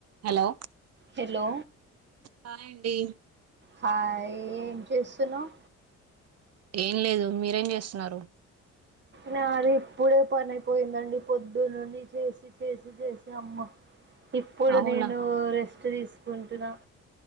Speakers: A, on the right (about 55°); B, on the right (about 35°).
A: Hello
B: hello
A: hi అండి
B: hi ఏం చేస్తున్నావు
A: ఏం లేదు మీరేం చేస్తున్నారు
B: నా అది ఇప్పుడే పనియిపోయిందండి పొద్దున్న నుండి చేసి చేసి చేసి అమ్మ ఇప్పుడు
A: అవునా
B: నేను రెస్ట్ తీసుకుంటున్నా